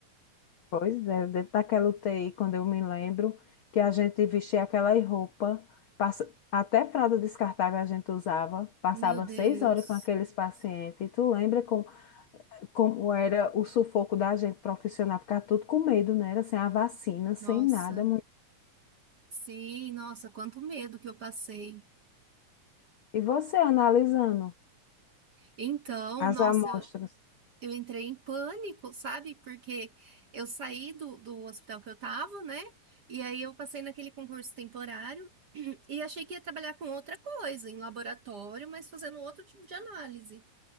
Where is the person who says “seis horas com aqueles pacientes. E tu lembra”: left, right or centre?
Left